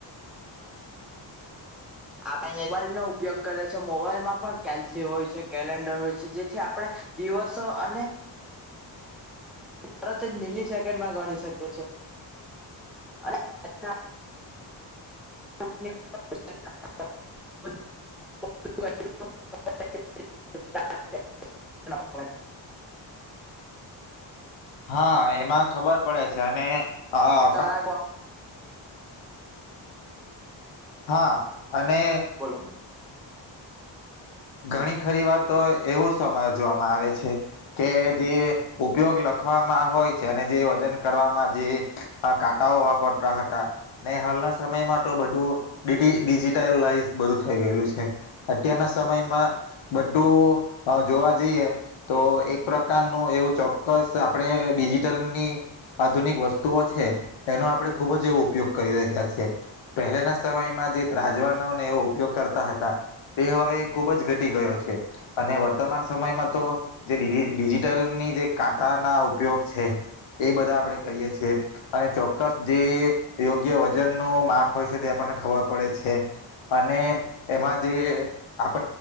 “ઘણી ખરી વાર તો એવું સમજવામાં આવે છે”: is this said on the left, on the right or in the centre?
Left